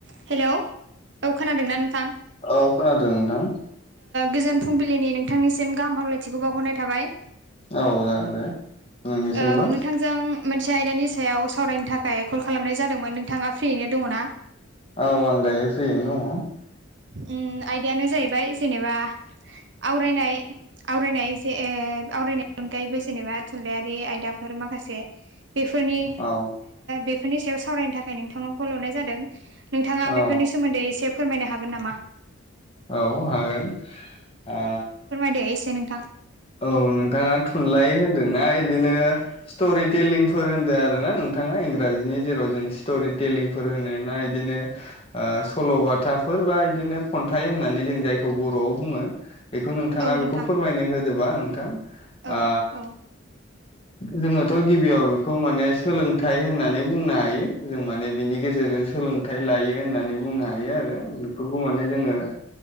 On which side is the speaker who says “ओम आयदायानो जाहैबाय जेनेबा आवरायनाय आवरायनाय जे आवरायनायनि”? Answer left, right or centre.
Right